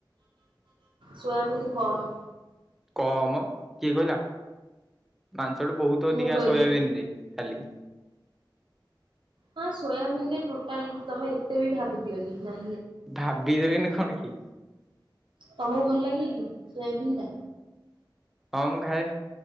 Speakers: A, on the right; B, in the centre.
A: ସୋୟାବିନ କମ୍।
B: କମ କିଏ କହିଲା? ମାଂସଠୁ ବହୁତ
A: ମୁଁ
B: ଅଧିକା
A: କହିଲି
B: ସୋୟାବିିନ ରେ ଖାଲି।
A: ହଁ ସୋୟାବିନରେ ଟୋଟାଲ ତମେ ଏତେ ବି ଭାବି ଦିଅନି। ନା
B: ଭାବିଦେବିନି କଣ କି
A: ତମକୁ ଭଲ ଲାଗେ କି ସୋୟାବିନ୍ ଟା?
B: ହଁ ମୁଁ ଖାଏ।